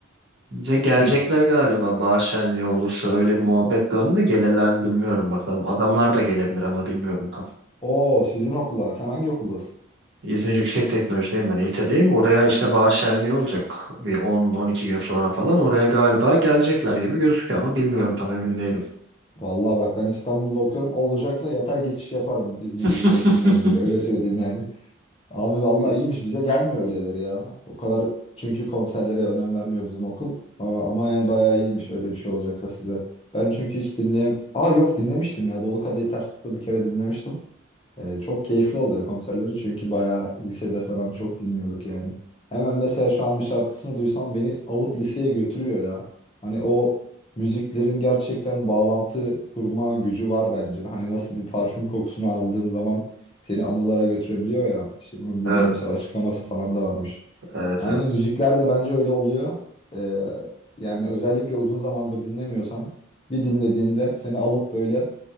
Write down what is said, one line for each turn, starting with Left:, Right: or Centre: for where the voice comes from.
Right: bize gelecekler
Left: Hı.
Right: galiba bahar şenliği olursa öyle bir muhabbet döndü gelirler mi bilmiyorum bakalım. Adamlar da gelebilir ama bilmiyorum tam.
Left: Oo sizin okula. Sen hangi okuldasın?
Right: İzmir Yüksek Teknoloji'deyim ben İT'deyim. Oraya işte bahar şenliği olacak bir 10-12 gün sonra falan oraya galiba gelecekler gibi gözüküyor ama bilmiyorum tam emin değilim.
Left: Vallahi bak ben İstanbul'da okuyorum. Olacaksa yatay geçiş yaparım İzmir
Right: <laughs>
Left: Yüksek Teknoloji'ye. Öyle söyleyeyim yani. Abi vallahi
Right: Hı.
Left: iyiymiş. Bize gelmiyor öyleleri ya. O kadar çünkü konserlere önem vermiyor bizim okul. Aa, Ama yani bayağı iyiymiş öyle bir şey olacaksa size. Ben çünkü hiç dinleyem... Aa yok dinlemiştim ya. Dolu Kadehi Ters Tut'u bir kere dinlemiştim. Ee, çok keyifli oluyor konserleri çünkü bayağı lisede falan çok dinliyorduk yani. Hemen mesela şu an bir şarkısını duysam beni alıp liseye götürüyor ya. Hani o müziklerin gerçekten bağlantı kurma gücü var bence. Hani nasıl bir parfüm kokusunu aldığın zaman seni anılara götürebiliyor ya. İşte bunun bir
Right: Evet,
Left: bilimsel açıklaması falan da varmış.
Right: evet,
Left: Aynı
Right: evet.
Left: müzikler de bence öyle oluyor. Ee, yani özellikle uzun zamandır dinlemiyorsan bir dinlediğinde seni alıp böyle